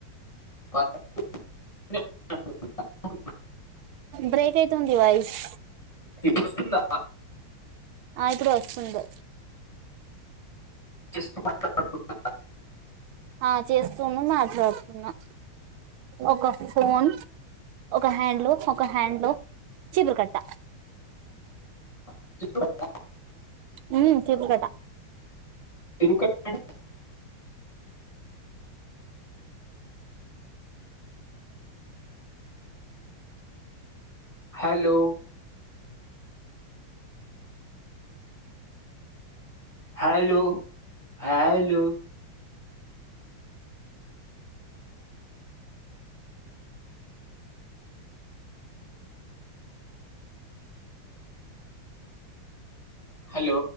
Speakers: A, on the left (about 15°); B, on the right (about 80°).
A: <inaudible>
B: బ్రేక్ అయితుంది వాయిస్
A: ఇప్పుడు వస్తుందా
B: ఆ ఇప్పుడు ఓస్తుంది
A: చేస్తు <unintelligible>
B: ఆ చేస్తుంది మాట్లాడుతున్నా ఒక ఫోన్ ఒక హ్యాండ్ ఒక హ్యాండ్లో చిపురికట్ట
A: <unintelligible>
B: ఉ చిపురికట్ట
A: తిరుక <unintelligible> హలో హలో హలో హలో